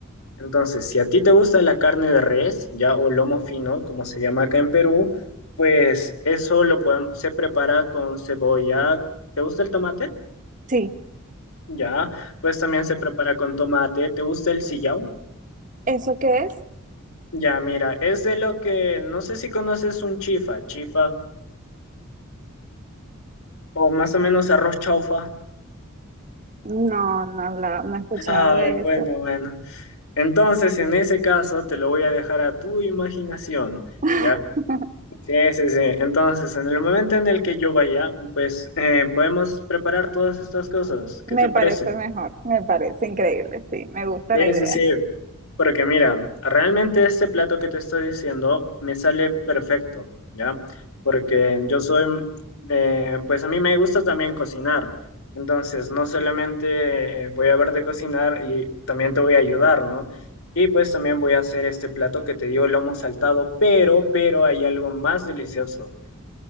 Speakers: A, on the left; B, on the right.
A: Entonces, si a ti te gusta la carne de res, ya o lomo fino, como se llama acá en Perú, pues eso lo podem- se prepara con cebolla. ¿Te gusta el tomate?
B: sí.
A: Ya, pues también se prepara con tomate. ¿Te gusta el sillao?
B: ¿Eso qué es?
A: Ya, mira, es de lo que no sé si conoces un chifa, chifa, o más o menos arroz chaufa.
B: No, no, la- no he escuchado
A: Ay,
B: de
A: bueno,
B: eso.
A: bueno. Entonces, en ese caso, te lo voy a dejar a tu imaginación,
B: <laughs>
A: ¿ya? Sí, sí, sí. Entonces, en el momento en el que yo vaya, pues eh, podemos preparar todas estas cosas. ¿Qué
B: Me
A: te parece?
B: parece mejor, me parece increíble, sí, me gusta
A: Sí,
B: la idea.
A: sí, sí. Porque mira, realmente este plato que te estoy diciendo me sale perfecto, ¿ya? Porque yo soy, eh, pues a mí me gusta también cocinar. Entonces, no solamente eh, voy a verte cocinar y también te voy a ayudar, ¿no? Y pues también voy a hacer este plato que te digo, lomo saltado, pero, pero hay algo más delicioso.